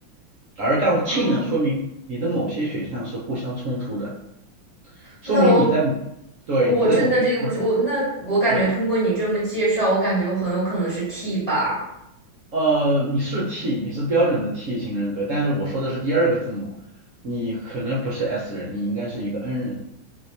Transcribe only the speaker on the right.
而杠
T 呢，说明你的某些选项是互相冲突的，说明你在某
对你在某些地方
是。
呃，你是 T，你是标准的 T 型人格，但是我说的是第二个字母，你可能不是 S 人，你应该是一个 N 人。